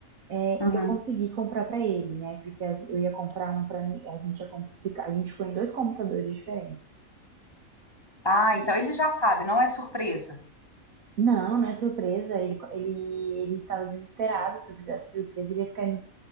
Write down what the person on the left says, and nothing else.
Uhum.
Ah,
então ele já sabe, não é surpresa.